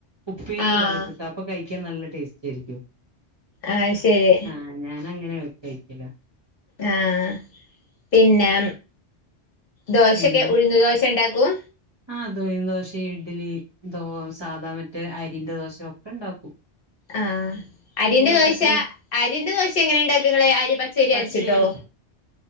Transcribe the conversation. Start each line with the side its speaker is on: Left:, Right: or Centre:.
Right: ഉപ്പേരി
Left: ആഹ്
Right: പോലെ കിട്ടാ അപ്പൊ കയ്ക്യൻ നല്ല ടേസ്റ്റേരിക്യും
Left: ആഹ് ശേരി
Right: ആഹ് ഞാനങ്ങനെ കഴിക്കില
Left: ആഹ് പിന്നെ ദോശക്കെ
Right: എന്ത്
Left: ഉഴ്ന്ന് ദോശ ണ്ടാക്കും
Right: ആഹ് ദുഴിന്ന് ദോശേ ഇഡലി ദോ സാദാ മറ്റേ അരിന്റെ ദോശ ഒക്കെണ്ടാക്കും
Left: ആഹ് അരിന്റെ ദോശ
Right: ഉണ്ടാക്കല്
Left: അരിന്റെ ദോശ എങ്ങനെണ്ടാക്കങ്ങള് അരി പച്ചരി
Right: പച്ചേരി
Left: അര്ച്ചിട്ടോ